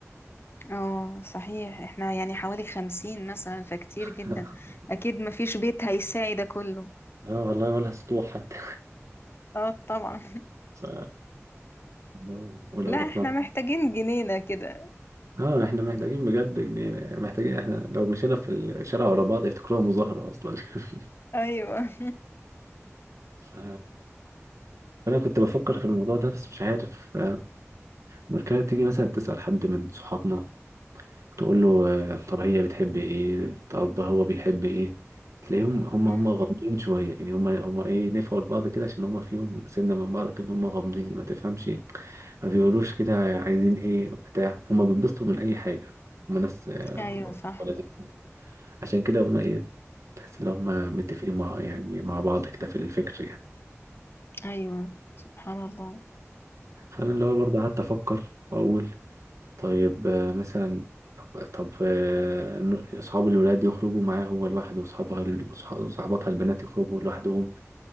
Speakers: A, on the left; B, on the right.
A: اه صحيح احنا يعني حوالي خمسين مثلا فكتير
B: <laughs>
A: جدا اكيد مفيش بيت هيساعي ده كله
B: اه والله ولا سطوح حتى
A: اه طبعا
B: <laughs> ف... لو ولو
A: لا
B: رحنا
A: احنا محتاجين جنينه كده
B: اه احنا محتاجين بجد جنينة يعني محتاجين احنا لو مشينا في الشارع ورا بعض يفتكروها مظاهرة اصلا <laughs>
A: ايوه
B: ف... فانا كنت بفكر في الموضوع ده بس مش عارف ف- المشكلة تيجي مثلا تسأل حد من صحابنا تقول له آه، طب هي بتحب ايه طب هو بيحب ايه تلاقيهم هم
A: امم
B: هم غامضين شوية يعني هم هم ايه نفعوا لبعض كده عشان هم فيهم سنة من بعض كده هم غامضين ما تفهمش ما بيقولوش كده عايزين ايه بتاع هم بينبسطوا من اي حاجة هم ناس آه،
A: ايوه صح
B: لذيذة. عشان كده هم ايه تحس ان هم متفقين مع يعني مع بعض كده في الفكر يعني
A: ايوه سبحان الله
B: فانا اللي هو برضه قعدت افكر واقول طيب آه، مثلا طب طب آه، ن- صحاب الولاد يخرجوا معاه هو لوحده وصحابها ال- صح- صحباتها البنات يخرجوا لوحدهم